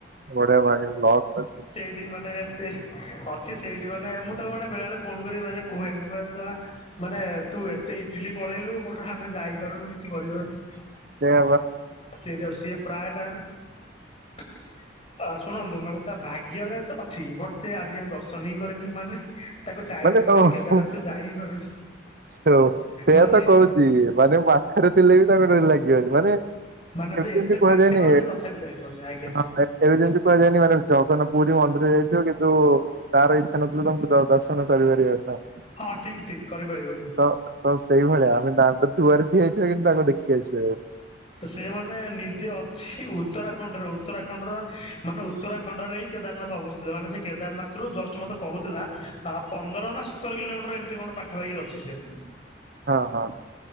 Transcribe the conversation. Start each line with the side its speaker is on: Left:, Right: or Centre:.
Right: ବଢିଆ ଭାବରେ ଲକ୍ ଅଛି।
Left: ସେଠି ମାନେ ସେ ଅଛି ସେଇଠି ମାନେ ମୁଁ ତାକୁ ମାନେ ବେଳେ ବେଳେ ଫୋନ କରି କୁହେ ମୁଁ କୁହେ ମାନେ ତୁ ଏତେ ଇଜିଲି ପଳେଇଲୁ ବଟ ଆମେ ଯାଇପାରୁନୁ କିଛି କରିପାରୁନୁ।
Right: ସେଇବା
Left: ସେଇଟାକୁ ସିଏ ପ୍ରାୟ ଟାଇମ ଶୁଣନ୍ତୁ ମାନେ ତା ଭାଗ୍ୟରେ ଏତେ ଅଛି ବଟ୍ ସେ ଆଜି ଯାଏଁ ଦର୍ଶନ ହିଁ କରିନି ମାନେ ତାକୁ ଟାଇମ
Right: ମାନେ
Left: ବି ହୁଏନି
Right: ଓହୋ
Left: କେଦାରନାଥ ସେ ଯାଇ ହିଁ ପାରୁନି।
Right: ହଉ ସେଇୟା
Left: ମାନେ
Right: ତ କହୁଛି ମାନେ ପାଖରେ ଥିଲେ ବି ତାଙ୍କ ଡୋରି ଲାଗିବନି ମାନେ ଏବେ
Left: ମାନେ ଯେ
Right: ଯେମିତି
Left: ଏତେ
Right: କୁହାଯାଏନି
Left: ପାଖରେ ଅଛି
Right: ହଁ
Left: ତଥାପି ଯାଇପାରୁନି ଆଜ୍ଞା
Right: ଏବେ ଯେମିତି କୁହାଯାଏନି ମାନେ ଜଗନ୍ନାଥ ପୁରୀ ମନ୍ଦିର ଯାଇଥିବ କିନ୍ତୁ ତାର ଇଚ୍ଛା ନଥିଲେ ତମକୁ ଦ ଦର୍ଶନ ଦର୍ଶନ କରିପାରିବନି ନା।
Left: ହଁ ଠିକ ଠିକ କରିପାରିବନି।
Right: ତ ସେଇଭଳିଆ ଆମେ ଦାଣ୍ଡ ଦୁଆରେ ଠିଆହେଇଥିବ କିନ୍ତୁ ତାକୁ ଦେଖି ଆସିବା ନାହିଁ।
Left: ସେମାନେ ନିଜେ ଅଛି ଉତ୍ତରା ଖଣ୍ଡରେ ଉତ୍ତରାଖଣ୍ଡ ର ମାନେ ଉତ୍ତରାଖଣ୍ଡରେ ହିଁ କେଦାରନାଥ ଅବସ୍ଥିତ ମାନେ ସେ କେଦାରନାଥ ଜଷ୍ଟ ମତେ କହୁଥିଲା ତା ପନ୍ଦର ନା ସତର କିଲୋମିଟର ଏମିତି କଣ ପାଖାପାଖିରେ ଅଛି ସେ।
Right: ହଁ ହଁ।